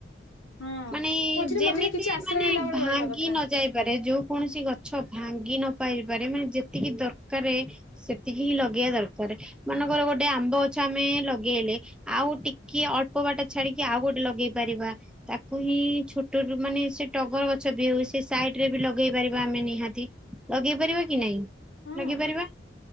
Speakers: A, on the left (about 85°); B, in the centre.
A: ହଁ
B: ମାନେ
A: ମଝିରେ
B: ଯେମିତି
A: ମଝିରେ କିଛି ଆଶ୍ରୟ
B: ମାନେ
A: ନେଲା ବେଳେ
B: ଭାଙ୍ଗି
A: ରହିବା କଥା
B: ନ ଯାଏ କରେ ଯୋଉ କୌଣସି ଗଛ ଭାଙ୍ଗି ନପାରି ବାରେ ମାନେ ଯେତିକି ଦରକାରେ ସେତିକି ହିଁ ଲଗେଇଆ ଦରକାରେ, ମନେଙ୍କର ଗୋଟେ ଆମ୍ବ ଗଛ ଆମେ ଲଗେଇଲେ ଆଉ ଟିକେ ଅଳ୍ପ ବାଟ ଛାଡିକି ଆଉ ଗୋଟେ ଲଗେଇ ପାରିବା। ତାକୁ ହିଁ ଛୋଟରୁ ମାନେ ସେ ଟଗର ଗଛ ବି ହଉ ସେ ସାଇଡ ରେ ବି ଲଗେଇ ପାରିବା ଆମେ ନିହାତି। ଲଗେଇ ପାରିବା କି ନାଇଁ?
A: ହଁ
B: ଲଗେଇ ପାରିବା